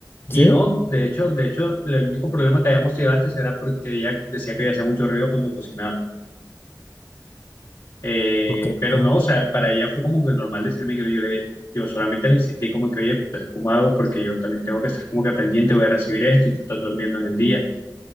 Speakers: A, on the left; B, on the left.
A: ¿Sí?
B: Y no, de hecho, de hecho, el único problema que habíamos tenido antes era porque ella decía que ella hacía mucho ruido cuando cocinaba. Eh,
A: Ok,
B: pero
A: ok.
B: no, o sea, para ella fue como que normal decirme que no, yo le, yo solamente le insistí como que, oye, entonces, ¿cómo hago? Porque yo también tengo que estar como que pendiente, voy a recibir esto y tú estás durmiendo en el día.